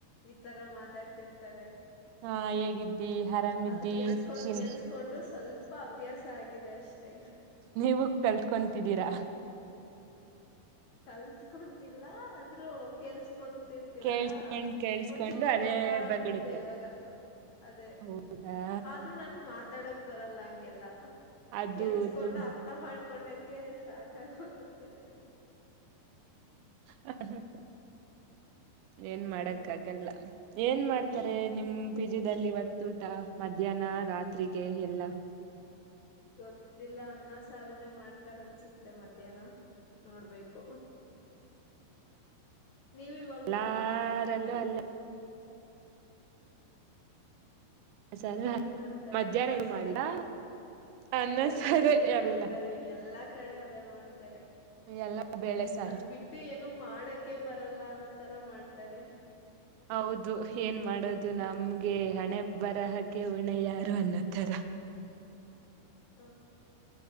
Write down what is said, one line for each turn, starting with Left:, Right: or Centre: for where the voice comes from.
Left: ಈ ತರ ಮಾತಾಡ್ತಿರ್ತಾರೆ
Right: ಹಾ ಹೇಗಿದ್ದಿ ಆರಾಮಿದ್ದಿ
Left: ಅದು ಕೆಲ್ಸ್ಕೊಂಡ್
Right: ತಿನ್
Left: ಕೆಲ್ಸ್ಕೊಂಡು ಸ್ವಲ್ಪ ಅಭ್ಯಾಸ ಆಗಿದೆ ಅಷ್ಟೆ
Right: ನೀವು ಕಲ್ತ್ಕೊಂತಿದ್ದೀರಾ
Left: ಕಲ್ತ್ಕೊಂತಿಲ್ಲ ಆದ್ರೂ ಕೆಲ್ಸ ಕುಂತಿರ್ತಿನಲ್ಲ
Right: ಕೇಳ್ಸ್ಕೊಂಡ್ ಕೇಳ್ಸ್ಕೊಂಡು
Left: ಒಂಚೂರ್
Right: ಅದೇ
Left: ಗೊತ್ತಾಗ್ತಿದೆ
Right: ಬಂದ್ಬಿಡುತ್ತೆ
Left: ಇವಾಗ ಅದೇ
Right: ಹೌದಾ
Left: ಆದ್ರೂ ನನ್ ಮಾತ ತಡಕ್ ಬರಲ್ಲ ಹಂಗೆಲ್ಲ
Right: ಅದು
Left: ಕೆಲ್ಸ್ಕೊಂಡು
Right: ತುಮ್
Left: ಅರ್ಥ ಮಾಡ್ಕ ಕಕೊಂಡಕ ಸಾಕಾಗ ಹೋಗುತ್ತೆ ನನ್ಗೆ
Right: ಹ ಹ ಏನ್ ಮಾಡಕ್ಕ
Left: ಹ
Right: ಆಗಲ್ಲ ಏನ್ ಮಾಡ್ತಾರೆ ನಿಮ ಬಿಜದಲ್ಲಿ ಇವತ್ತು ಊಟ ಮಧ್ಯಾಹ್ನ ರಾತ್ರಿಗೆ ಎಲ್ಲ
Left: ಗೊತ್ತಿಲ್ಲ ಅನ್ನ ಸಾರುನೇ ಮಾಡ್ತಾರ ಅನ್ಸುತ್ತೆ ಮಧ್ಯಾಹ್ನ ನೋಡ್ಬೇಕು ನೀವು ಇವಾಗ
Right: ಎಲ್ಲಾರಲ್ಲೂ
Left: ಊಟ ಮಾಡಿಲ್ವಾ ಇನ್ನು
Right: ಅಲ್ಲ ಸರ್
Left: ಏನ್ ಮಾಡ್ತಾರೆ
Right: ಮಧ್ಯಾಹ್ನ
Left: ಅನ್ನ ಸಾರೆ
Right: ಮಾಡಿದ ಅನ್ನ
Left: ಬರೀ
Right: ಸಾರೆ
Left: ಇದನ್ನೇ
Right: ಎಲ್ಲ
Left: ಮಾಡ್ತಾರೆ ಎಲ್ಲಾ ಕಡೆ ಅದೇ ಮಾಡ್ತಾರೆ
Right: ಎಲ್ಲ ಬೇಳೆ ಸಾರು
Left: ಅದ್ ಬಿಟ್ಟು ಏನ ಮಾಡಕೆ ಬರಲ್ಲ ಅನ್ನೋ ತರ ಮಾಡ್ತಾರೆ
Right: ಹೌದು ಏನ್ ಮಾಡೋದು ನಮ್ಗೆ ಹಣೆ ಬರಹಕೆ ಉಣೆ ಯಾರು ಅನ್ನೋತರ
Left: ಹ